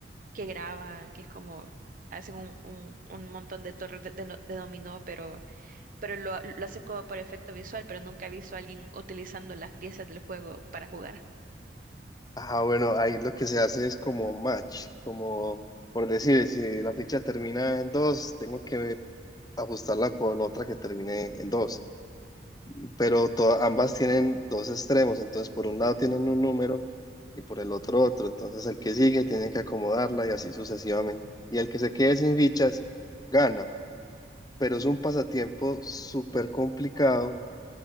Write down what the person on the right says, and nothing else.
que graban, que es como hacen un, un, un montón de torres de, de no- de dominó, pero, pero lo, lo hacen como por efecto visual, pero nunca he visto a alguien utilizando las piezas del juego para jugar.